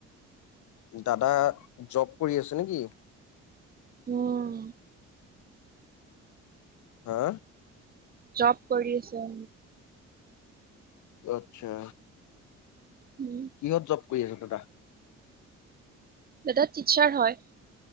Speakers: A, on the left; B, on the right.
A: দাদা জব কৰি আছে নেকি?
B: উম।
A: হা?
B: জপ কৰি আছে।
A: আত্ছা
B: উম
A: কিহত জব কৰি আছ দাদা
B: দাদা টিচাৰ হয়।